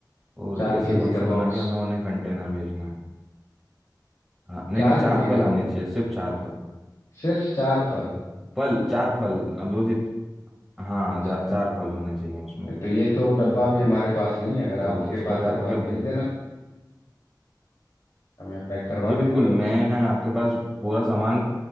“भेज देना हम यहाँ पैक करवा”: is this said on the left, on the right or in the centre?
Left